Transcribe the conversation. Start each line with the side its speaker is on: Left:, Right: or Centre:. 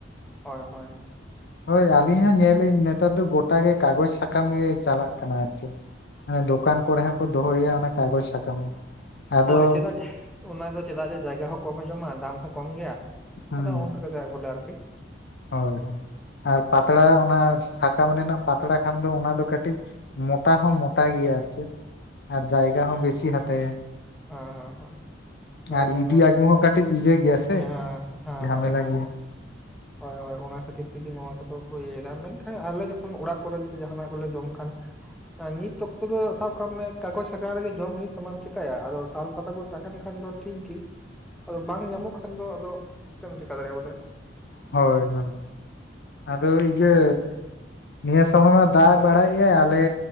Centre: ᱦᱳᱭ ᱦᱳᱭ
Left: ᱦᱳᱭ ᱟᱹᱞᱤᱧ ᱦᱚᱸ ᱧᱮᱞᱮᱫᱟᱹᱧ ᱱᱮᱛᱟᱨ ᱫᱚ ᱜᱚᱴᱟ ᱜᱮ ᱠᱟᱜᱚᱡᱽ ᱥᱟᱠᱟᱢ ᱜᱮ ᱪᱟᱞᱟᱜ ᱠᱟᱱᱟ ᱟᱨ ᱪᱮᱫ ᱟᱨ ᱫᱚᱠᱟᱱ ᱠᱚᱨᱮ ᱦᱚᱸᱠᱚ ᱫᱚᱦᱚᱭᱟ ᱚᱱᱟ ᱠᱟᱜᱚᱡᱽ ᱥᱟᱠᱟᱢ ᱜᱮ ᱟᱫᱚ
Centre: ᱦᱳᱭ ᱪᱮᱫᱟᱜ ᱚᱱᱟ ᱫᱚ ᱪᱮᱫᱟᱜ ᱡᱮ ᱡᱟᱭᱜᱟ ᱦᱚᱸ ᱠᱚᱢᱮ ᱡᱚᱢᱟ ᱫᱟᱢ ᱦᱚᱸ ᱠᱚᱢ ᱜᱮᱭᱟ
Left: ᱦᱩᱸ
Centre: ᱟᱫᱚ ᱚᱱᱠᱟ ᱵᱚᱞᱮ ᱟᱨᱠᱤ
Left: ᱦᱳᱭ ᱦᱳᱭ ᱟᱨ ᱯᱟᱛᱲᱟ ᱚᱱᱟ ᱥᱟᱠᱟᱢ ᱨᱮᱱᱟᱜ ᱯᱟᱛᱲᱟ ᱠᱷᱟᱱ ᱫᱚ ᱚᱱᱟ ᱫᱚ ᱠᱟᱹᱴᱤᱡ ᱢᱚᱴᱟ ᱦᱚᱸ ᱢᱚᱴᱟ ᱜᱮᱭᱟ ᱟᱨ ᱪᱮ ᱟᱨ ᱡᱟᱭᱜᱟ ᱦᱚᱸ ᱵᱮᱥᱤ ᱦᱟᱛᱟᱭᱟ
Centre: ᱦᱮᱸ ᱦᱮᱸ ᱦᱮᱸ ᱛᱚ
Left: ᱟᱨ
Centre: ᱚᱱᱮ
Left: ᱤᱫᱤ
Centre: ᱚᱱᱟ
Left: ᱟᱹᱜᱩ ᱦᱚᱸ ᱠᱟᱹᱴᱤᱡ ᱠᱟᱹᱴᱤᱡ ᱤᱭᱟᱹ ᱜᱮᱭᱟ
Centre: ᱦᱮᱸ
Left: ᱥᱮ
Centre: ᱦᱮᱸ
Left: ᱡᱷᱟᱢᱮᱞᱟ
Centre: ᱦᱳᱭ ᱦᱳᱭ
Left: ᱜᱮ
Centre: ᱦᱳᱭ ᱦᱳᱭ ᱦᱳᱭ ᱚᱱᱟ ᱠᱷᱟᱹᱛᱤᱨ ᱛᱮᱜᱮ ᱱᱚᱣᱟ ᱠᱚᱫᱚ ᱠᱚ ᱤᱭᱟᱹᱫᱟ ᱢᱮᱱᱠᱷᱟᱱ ᱟᱞᱮ ᱡᱚᱠᱷᱚᱱ ᱚᱲᱟᱜ ᱠᱚᱨᱮ ᱡᱚᱫᱤ ᱡᱟᱦᱟᱱᱟᱜ ᱜᱮᱞᱮ ᱡᱚᱢ ᱠᱷᱟᱱ ᱱᱤᱛ ᱚᱠᱛᱚ ᱫᱚ ᱥᱟᱵ ᱠᱟᱜ ᱢᱮ ᱠᱟᱜᱚᱡᱽ ᱥᱟᱠᱟᱢ ᱨᱮᱜᱮ ᱡᱚᱢ ᱦᱩᱭᱩᱜ ᱛᱟᱢ ᱪᱮᱠᱟᱭᱟ ᱟᱫᱚ ᱥᱟᱞ ᱯᱟᱛᱟ ᱠᱚ ᱛᱟᱦᱮᱱ ᱠᱷᱟᱱ ᱫᱚ ᱴᱷᱤᱠ ᱜᱮ ᱟᱫᱚ ᱵᱟᱝ ᱧᱟᱢᱚᱜ ᱠᱷᱟᱱ ᱫᱚ ᱟᱫᱚ ᱪᱮᱫ ᱮᱢ ᱪᱮᱠᱟ ᱫᱟᱲᱮᱭᱟᱜᱼᱟ ᱵᱚᱞᱮ
Left: ᱦᱳᱭ ᱦᱳᱭ ᱟᱫᱚ ᱤᱭᱟᱹ ᱱᱤᱭᱟᱹ ᱥᱚᱢᱚᱭ ᱢᱟ ᱫᱟᱜ ᱵᱟᱲᱟᱭᱮᱫ ᱟᱭ ᱟᱞᱮ